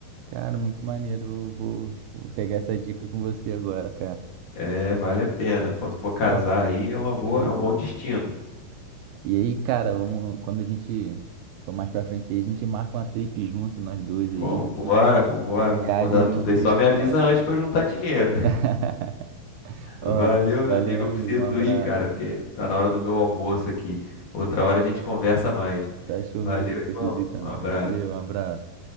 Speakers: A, on the right (about 80°); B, on the left (about 55°).
A: Cara, muito maneiro. Eu Vou, vou pegar essa dica com você agora, cara.
B: é, vale a pena. Quando for casar
A: Ó,
B: aí, é uma
A: isso
B: boa,
A: aí.
B: é um bom destino.
A: E aí, cara, vamos, quando a gente for mais pra frente aí, a gente marca uma trip junto, nós dois
B: Vambora,
A: aí, a gente,
B: vambora,
A: a gente viaja
B: vamos rodar
A: junto
B: tudo aí.
A: aí,
B: Só me avisa
A: cara.
B: antes pra eu juntar dinheiro.
A: <laughs> Ó,
B: Valeu,
A: valeu,
B: meu amigo.
A: meu
B: Eu preciso
A: amigo, um abraço.
B: ir, cara, porque tá na hora do meu almoço aqui. Outra hora a gente conversa mais.
A: Tá show,
B: Valeu,
A: meu amigo,
B: irmão.
A: preciso ir também.
B: Um abraço.
A: Valeu, um abraço.